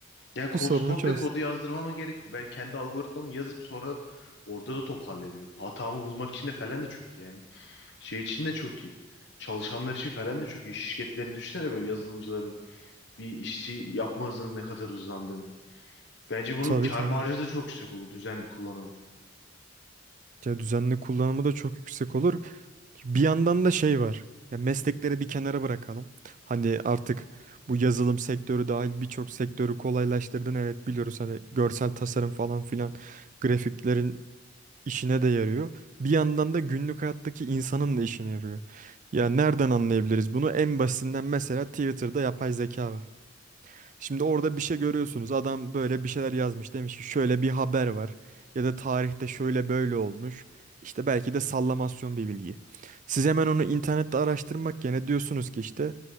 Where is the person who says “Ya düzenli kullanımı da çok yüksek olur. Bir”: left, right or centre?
Right